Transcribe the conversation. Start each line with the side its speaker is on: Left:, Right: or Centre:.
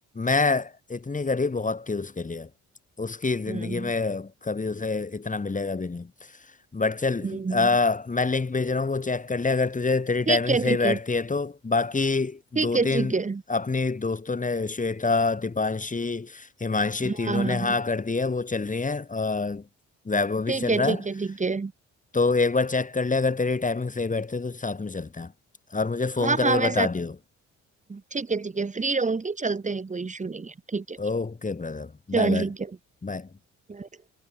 Left: मैं इतनी गरीब बहुत थी उसके लिए उसकी जिंदगी
Right: हम्म
Left: में कभी उसे इतना मिलेगा भी नहीं बट चल
Right: हम्म
Left: अ, मैं लिंक भेज रहा हूँ वो चेक कर ले अगर तुझे तेरी टाइमिंग
Right: ठीक है
Left: सही
Right: ठीक
Left: बैठती
Right: है
Left: है तो बाकी
Right: ठीक
Left: दो
Right: है
Left: तीन
Right: ठीक है
Left: अपनी दोस्तों ने श्वेता दीपांशी हिमांशी
Right: हाँ
Left: तीनों
Right: हाँ
Left: ने हाँ
Right: हाँ
Left: कर दी है वो चल रही है अ, वैभव भी
Right: ठीक
Left: चल
Right: है
Left: रहा
Right: ठीक
Left: है
Right: है ठीक है
Left: तो एक बार चेक कर ले अगर तेरी टाइमिंग सही बैठती है तो साथ में चलते हैं और मुझे फ़ोन
Right: हाँ
Left: करके
Right: हाँ मैं
Left: बता दियो
Right: ठीक है ठीक है फ्री रहूंगी चलते हैं कोई इशू नहीं है ठीक है
Left: Okay brother
Right: चल
Left: bye bye
Right: ठीक है
Left: bye
Right: Bye.